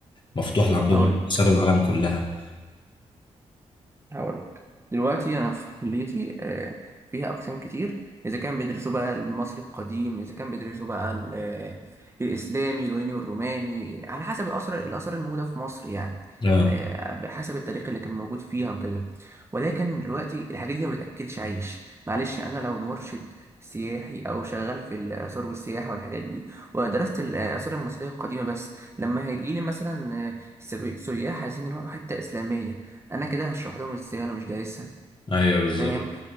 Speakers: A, on the left; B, on the right.
A: مفتوح لعندهم
B: هقول
A: آثار العالم كلها
B: هقول لك دلوقتي انا في كليتي آه، فيها اقسام كتير اذا كان بيدرسوا بقى المصري القديم اذا كان بيدرسوا بقى ال- آه، الاسلامي اليوناني والروماني على حسب الاثار الاثار الموجوده في مصر يعني
A: اه
B: آه، بحسب التاريخ اللي كان موجود فيها وكده ولكن دلوقتي الحاجات دي ما بتاكلش عيش معلش انا لو مرشد سياحي او شغال في الاثار والسياحه والحاجات دي ودرست الاثار المصريه القديمه بس لما هيجي لي مثلا آه، سب- سياح عايزين يروحوا حته اسلاميه انا كده هشرح لهم ازاي وانا مش دارسها
A: ايوه بالظبط
B: فاهم